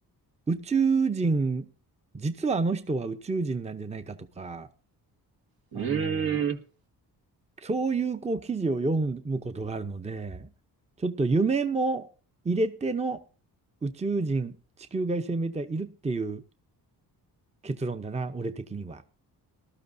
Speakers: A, on the right; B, on the right.
A: 宇宙人、実はあの人は宇宙人なんじゃないかとか、
B: うーん、
A: あの、そういうこう記事を読むことがあるので、ちょっと夢も入れての宇宙人、地球外生命体いるっていう結論だな、俺的には。